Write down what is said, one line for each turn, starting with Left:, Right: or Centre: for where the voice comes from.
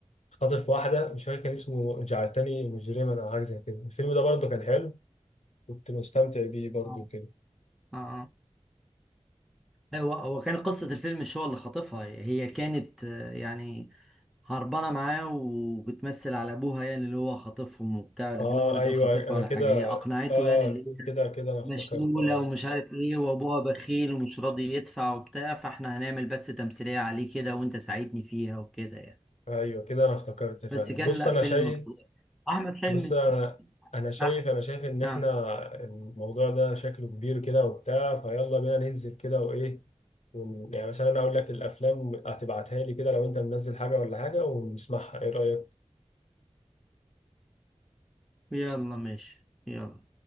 Left: خاطف واحدة مش فاكر كان اسمه جعلتني مجرما أو حاجة زي كده الفيلم ده برضو كان حلو كنت مستمتع بيه برضو
Centre: اه
Left: كده
Centre: اه هو هو كان قصة الفيلم مش هو اللي خاطفها هي كانت آه، يعني هربانة معاه وبتمثل على أبوها يعني اللي هو خاطفهم وبتاع لكن
Left: آه
Centre: هو لا
Left: أيوه
Centre: كان خاطفها
Left: أنا
Centre: ولا
Left: كده
Centre: حاجة هي أقنعته
Left: آه
Centre: يعني اللي
Left: آه،
Centre: هي
Left: كده كده أنا افتكرت
Centre: مشلولة
Left: آه
Centre: ومش عارف إيه وأبوها بخيل ومش راضي يدفع وبتاع فإحنا هنعمل بس تمثيلية عليه كده وأنت ساعدني فيها وكده يعني
Left: ايوه كده انا افتكرت فعلا
Centre: بس كان
Left: بص
Centre: لا
Left: انا
Centre: فيلم
Left: شايف
Centre: فظيع. أحمد حلمي
Left: بص انا انا شايف
Centre: أح-
Left: انا شايف ان احنا
Centre: آه.
Left: الموضوع ده شكله كبير كده وبتاع فيلا بينا ننزل كده وايه ون... يعني مثلا انا اقول لك الافلام هتبعتها لي كده لو انت منزل حاجه ولا حاجه ونسمعها ايه رايك
Centre: يلا ماشي يلا